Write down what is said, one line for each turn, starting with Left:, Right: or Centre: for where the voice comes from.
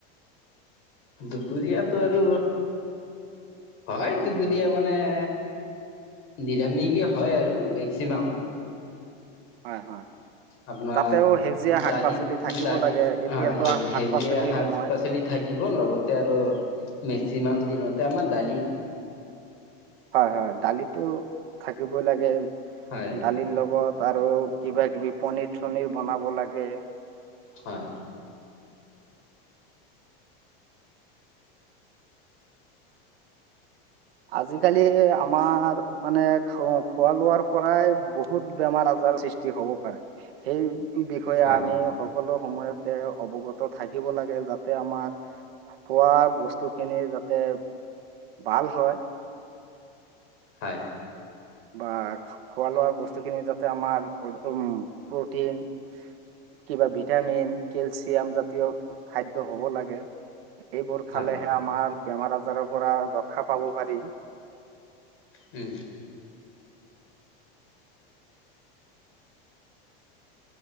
Left: দুপৰীয়াতো আৰু, হয় দুপৰীয়া মানে নিৰামিষে হয় আৰু মেক্সিমাম।
Right: হয় হয়।
Left: আপোনাৰ
Right: তাতেও সেউজীয়া শাক
Left: দালি
Right: পাচলি থাকিব
Left: দালি
Right: লাগে এতিয়াতো
Left: অঁ সেউজীয়া
Right: শাক পাচলিৰ
Left: শাক
Right: সময়
Left: পাচলি থাকিব, লগতে আৰু মেক্সিমাম দিনতে আমা দালি
Right: হয় হয় দালিতো থাকিই লাগে।
Left: হয়
Right: দালিৰ লগত আৰু কিবা কিবি পনিৰ চনিৰ বনাব লাগে।
Left: হয়।
Right: আজিকালি আমাৰ মানে খোৱা লোৱাৰ পৰাই বহুত বেমাৰ আজাৰ সৃষ্ টি হব পাৰে সেইটো বিষয়ে
Left: হয়
Right: আমি স সকলো সময়তে অৱগত থাকিব লাগে যাতে আমাৰ খোৱা বস্তু খিনি যাতে ভাল হয়।
Left: হয়।
Right: বা খোৱা লোৱা বস্তুখিনি যাতে আমাৰ প উম্ প্ৰটিন কিবা ভিটামিন কেলচিয়াম জাতীয় খাদ্য হ'ব লাগে এইবোৰ
Left: হয়
Right: খালেহে আমাৰ বেমাৰ আজাৰৰ পৰা ৰক্ষা পাব পাৰি।
Left: উহ।